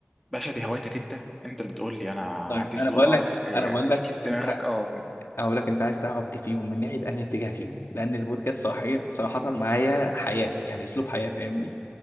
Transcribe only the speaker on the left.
طيب
انا بقول
لك
انا
بقول لك
انت
انا بقول لك انت عايز تعرف ايه فيهم من ناحيه انهي اتجاه فيهم لان البودكاست صراحه صراحه معايا حياه يعني اسلوب حياه فاهمني